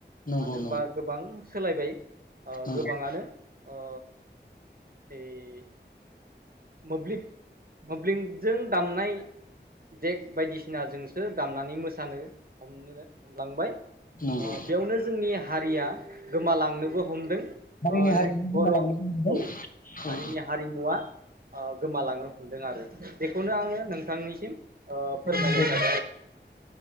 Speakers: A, on the left (about 50°); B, on the right (about 55°).
A: नंगौ
B: मानो होनबा
A: नंगौ
B: गोबां सोलायबाय ओ
A: नंगौ
B: गोबाङानो ओ। ओइ। मोब्लिब मोब्लिबजों दामनाय देग बायदिसिनाजोंसो दामनानै मोसानो हमनो हमलांबाय। ओ
A: नंगौ
B: बेयावनो जोंनि हारिया गोमालांनोबो हमदों।
A: हारिनि
B: ओ
A: हारिमु
B: बर'
A: गोमालांनो
B: औ
A: हमदों औ
B: हारिनि हारिमुवा ओ गोमालांनो हमदों आरो बेखौनो आङो नोंथांनिसिम ओ फोरमायनो
A: हमदों।
B: था